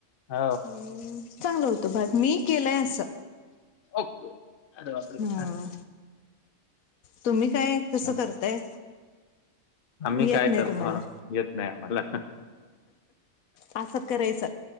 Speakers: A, on the left (about 50°); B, on the left (about 80°).
A: हो
B: ् चांल होतं बात मी केलंय असं.
A: ओके अरबर.
B: हा तुम्ही काय कसं
A: छान.
B: करताय.
A: आम्ही
B: येत
A: काय
B: नाही
A: करतो
B: तुम्हाला
A: येत नाही आम्हाला.
B: असं करायचं